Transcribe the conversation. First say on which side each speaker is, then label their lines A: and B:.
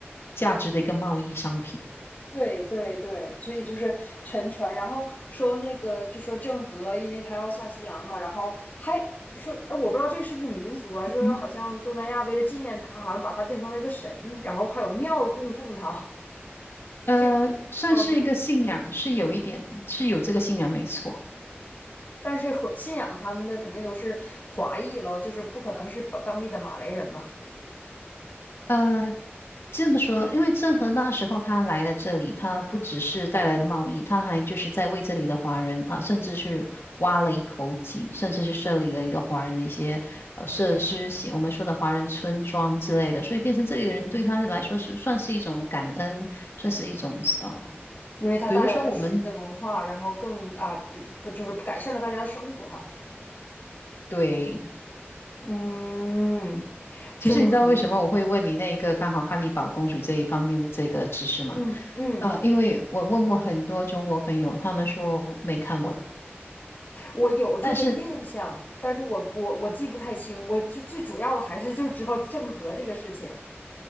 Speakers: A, on the left; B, on the left.
A: 价值的一个贸易商品，
B: 对对对，所以就是沉船，然后说那个就说郑和，因为他要下西洋嘛，然后还说，哎，我不知道这个是不是民俗啊，就说好像东南亚为了纪念他，
A: 嗯，
B: 好像把他变成了一个神，然后还有庙供奉他，<laughs>
A: 呃，
B: 这个我不知道是
A: 算是一个信仰，是有一点是有这个信仰没错，
B: <laughs>，但是华信仰他们的肯定都是华裔喽，就是不可能是把当地的马来人嘛，
A: 呃，这么说，因为郑和那时候他来了这里，他不只是带来的贸易，他还就是在为这里的华人啊，甚至去挖了一口井，甚至是设立了一个华人的一些呃设施型，我们说的华人村庄之类的，所以变成这里的人对他来说是算是一种感恩，算是一种呃，
B: 因为他带来了新的文化，
A: 比如说我们
B: 然后更啊，比不就是改善了大家的生活嘛，
A: 对，
B: 嗯，
A: 其实你知道为什么我会问你那个刚好汉尼堡公主这一方面的这个知识吗？
B: 郑和，嗯嗯。
A: 呃，因为我问过很多中国朋友，他们说没看过。
B: 我有这个印象，
A: 但是
B: 但是我我我记不太清，我最最主要的还是就是知道郑和这个事情。